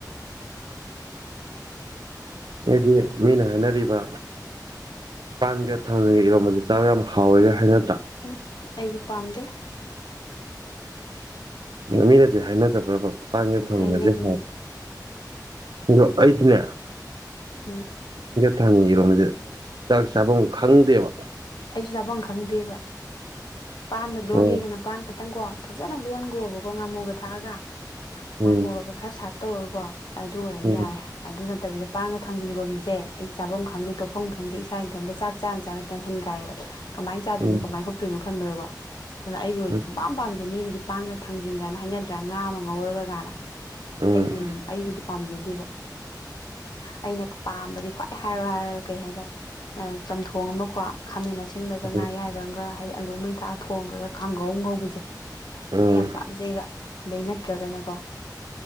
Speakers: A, on the right; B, on the left.
A: ꯍꯥꯏꯗꯤ ꯃꯤꯅ ꯍꯥꯏꯅꯔꯤꯕ ꯄꯥꯟꯒ ꯊꯥꯡꯖꯤꯡ ꯒ ꯏꯔꯣꯝꯝꯕꯁꯤ ꯆꯥꯕ ꯌꯥꯝ ꯍꯥꯎꯋꯦꯒ ꯍꯥꯏꯅꯕꯅꯦ
B: ꯎꯝ ꯑꯩꯗꯤ ꯄꯥꯝꯗꯦ
A: ꯃꯤꯅꯗꯤ ꯍꯥꯏꯅꯗꯕ꯭ꯔꯥꯕ ꯄꯥꯟꯒ
B: ꯎꯝ
A: ꯊꯥꯡꯖꯤꯡꯒꯁꯦ
B: ꯍꯥꯏꯅꯩꯌꯦ
A: ꯍꯥꯎ ꯑꯗꯣ ꯑꯩꯗꯤꯅꯦ
B: ꯎꯝ
A: ꯊꯥꯡꯅꯤꯡ ꯏꯔꯣꯝꯕꯁꯦ ꯆꯥꯛ ꯆꯥꯐꯝ ꯈꯪꯗꯦꯕ
B: ꯆꯥꯕꯝ ꯈꯪꯗꯦꯕ ꯄꯥꯟꯒ ꯂꯣꯟꯒꯦꯒꯅ
A: ꯑꯣ
B: ꯄꯥꯟ ꯈ ꯈꯤꯇꯪꯀꯣ ꯐꯖꯅ ꯂꯣꯟꯈꯣꯕꯀꯣ ꯉꯥꯃꯨꯒ ꯊꯥꯛꯑꯒ
A: ꯎꯝ
B: ꯃꯥꯏ ꯃꯣꯔꯣꯛꯀ ꯈꯔ ꯁꯥꯔꯞ ꯇꯧꯔꯒꯀꯣ ꯑꯗꯨ ꯑꯣꯏꯔꯗꯤ
A: ꯎꯝ
B: ꯌꯥꯔꯦ ꯑꯗꯨꯅ ꯅꯠꯇꯕꯤꯗ ꯄꯥꯟꯒ ꯊꯥꯡꯖꯤꯡ ꯂꯣꯟꯕꯁꯦ ꯑꯩ ꯆꯥꯐꯝ ꯈꯪꯗꯦ ꯇꯣꯠꯐꯝ ꯈꯪꯗꯦ ꯏꯁꯥ ꯏꯊꯟꯇ ꯆꯥꯅ ꯆꯥꯅ ꯇꯦꯟ ꯟ ꯀꯥꯏꯌꯦꯕ ꯀꯃꯥꯏꯅ ꯆꯥꯗꯣꯏꯅꯣ
A: ꯎꯝ
B: ꯀꯃꯥꯏꯅꯣꯞꯇꯣꯏꯅꯣ ꯈꯟꯕꯗꯀꯣ ꯑꯗꯨꯅ ꯑꯩꯒꯤ ꯑꯣꯏꯅ
A: ꯎꯝ
B: ꯁꯨꯡ ꯄꯝ ꯄꯥꯝꯗꯦ ꯃꯤꯅꯗꯤ ꯄꯥꯟꯒ ꯊꯥꯡꯖꯤꯡꯒꯅ ꯍꯥꯏꯅꯗ꯭ꯔꯥ ꯉꯥ ꯑꯃ ꯉꯧꯔꯒ ꯀꯥꯏꯅ
A: ꯎꯝ
B: ꯑꯩꯒꯤ ꯑꯩꯒꯤꯗꯤ ꯄꯥꯝꯖꯗꯦꯕ ꯑꯩꯅ ꯄꯥꯝꯕꯗꯤ ꯈ꯭ꯋꯥꯏ ꯑꯦ ꯍꯥꯏꯔꯣ ꯍꯥꯏꯔ ꯀꯩ ꯍꯥꯏꯇꯥꯔꯦ ꯆꯝꯊꯣꯡ ꯑꯃ ꯈꯥꯃꯦꯟ ꯑꯁꯤꯟꯕꯒ
A: ꯎꯝ
B: ꯉꯥ ꯌꯥꯏꯕ ꯑꯃꯒ ꯍꯥꯏꯗꯤ ꯑꯂꯨ ꯑꯃ ꯃꯩ ꯊꯥ ꯊꯣꯡꯈ꯭ꯔꯒ ꯀꯥꯡꯒꯧ ꯑꯃ ꯉꯧꯕꯁꯦ
A: ꯎꯝ
B: ꯑꯩ ꯌꯥꯝ ꯄꯥꯝꯖꯩꯕ ꯑꯗꯩ ꯅꯠꯇ꯭ꯔꯒꯅꯀꯣ